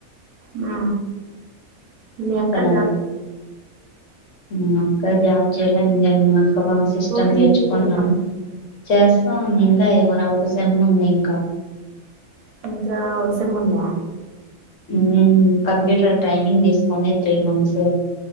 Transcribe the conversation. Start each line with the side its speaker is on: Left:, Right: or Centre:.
Right: ఆ మీ అక్క
Left: కదా
Right: జ
Left: మా అక్క జాబ్ చేయడానికి వేల సిస్టమ్
Right: ఓపెన్
Left: నేర్చుకుంటాం
Right: డిగ్రీ చేస్తా
Left: చేస్తాం ఇంకా ఏమైనా ఇంకో సేమ్ ఉంది ఇంకా
Right: ఇంకా ఒక సేమ్ ఉందా
Left: ఉమ్ కంప్యూటర్ ట్రైనింగ్ తీసుకోందీ త్రీ మంత్స్